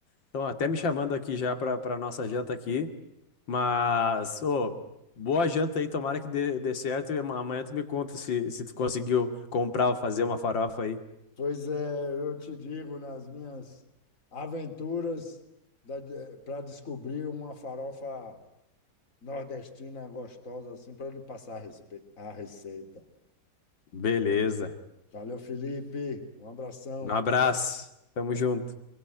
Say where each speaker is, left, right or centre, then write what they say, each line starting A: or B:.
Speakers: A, on the left; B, on the left.
A: estão até me chamando aqui já para para nossa janta aqui. Mas, ô, boa janta aí, tomara que dê, dê certo. E ama- amanhã tu me conta se, se tu conseguiu comprar ou fazer uma farofa aí.
B: Pois é, eu te digo, nas minhas aventuras para descobrir uma farofa nordestina gostosa, assim, para ele passar a respe- a receita.
A: Beleza.
B: Valeu, Felipe. Um abração.
A: Um abraço. Tamo junto.